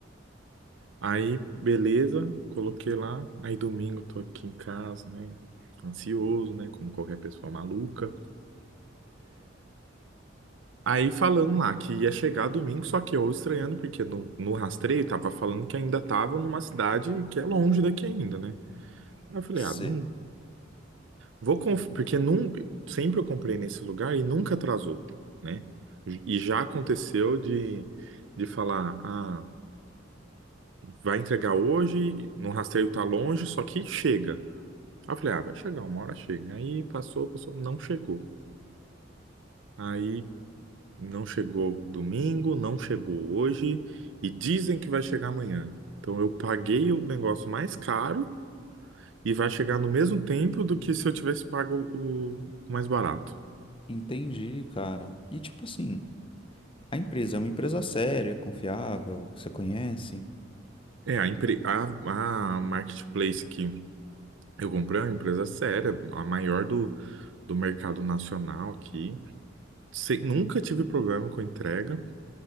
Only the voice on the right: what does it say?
Aí, beleza, coloquei lá. Aí domingo tô aqui em casa, né? Ansioso, né? Como qualquer pessoa maluca. Aí falando lá que ia chegar domingo, só que eu estranhando, porque no, no rastreio tava falando que ainda tava numa cidade que é longe daqui ainda, né? Aí eu falei,
ah, não vou conf... porque nun- sempre eu comprei nesse lugar e nunca atrasou, né? E já aconteceu de, de falar, ah, vai entregar hoje, no rastreio tá longe, só que chega. Aí eu falei, ah, vai chegar, uma hora chega. Aí passou, passou, não chegou. Aí Não chegou domingo, não chegou hoje e dizem que vai chegar amanhã. Então eu paguei o negócio mais caro e vai chegar no mesmo tempo do que se eu tivesse pago o o mais barato.
É, a, empre... a, a marketplace que eu comprei é uma empresa séria, a maior do, do mercado nacional aqui. Sem- nunca
tive problema com entrega,